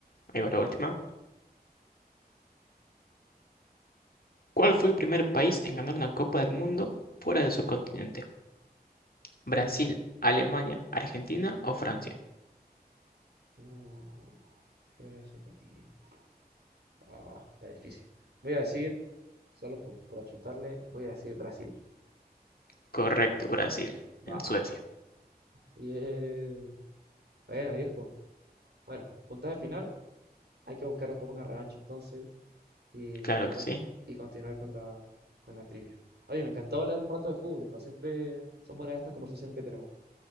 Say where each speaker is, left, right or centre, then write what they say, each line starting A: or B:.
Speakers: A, on the left; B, on the right.
A: ahí va la última. ¿Cuál fue el primer país en ganar una Copa del Mundo fuera de su continente? ¿Brasil, Alemania, Argentina o Francia?
B: Uh, fuera de ese continente. Ah, está difícil. Voy a decir, solo por, por achuntarle, voy a decir Brasil.
A: Correcto, Brasil,
B: Va.
A: en Suecia.
B: Bien. Bueno, viejo. Bueno, puntaje final. Hay que buscar después una revancha entonces y,
A: Claro
B: y
A: que
B: con-
A: sí.
B: y continuar con la, con la trivia. Oye, me encantó hablar un rato de fútbol, hijo. Siempre son buenas estas conversaciones que tenemos.